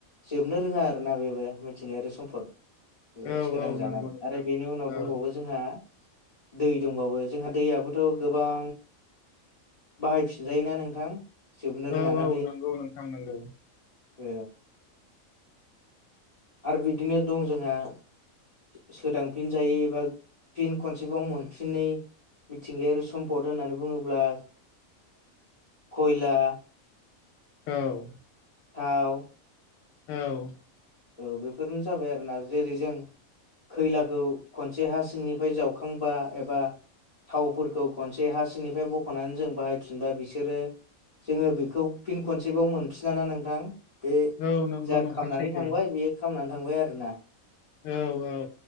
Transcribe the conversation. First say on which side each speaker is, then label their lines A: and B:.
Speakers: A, on the left (about 30°); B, on the left (about 70°).
A: जोबनो रोङा आरोोना बेबो मिथिंगायारि सम्फद
B: औ
A: सोदांजानाय
B: औ नंगौ नोंथां
A: आरो बेनि उनाव
B: औ
A: दंबावो जोंहा दै दंबाबो जोंहा दैयाबोथ' गोबां बाहायफिनजायोना नोंथां जोबनो रोङाना
B: औ औ नंगौ नोंथां नांगौ
A: ओ आरो बिदिनो दं जोंहा सोदांफिनजायो एबा फिन खनसेबाव मोनफिनै मिथिंगायारि सम्पद होननानै बुङोब्ला खयला
B: औ
A: थाव
B: औ
A: औ बेफोरनो जाबाय आरोना जेरै जों खैलाखौ खनसे हा सिंनिफ्राय जावखांबा एबा थावफोरखौ खनसे हा सिंनिफ्राय बख'नानै जों बाहायफिनबा बिसोरो जोङो बेखौ फिन खनसेबटाव मोनफिनाना नोंथां बे
B: औ नंगौ
A: जा
B: नोंथां
A: खामनानै
B: सैथो
A: बे खालामामनानै थांबाय आरोना
B: औ-औ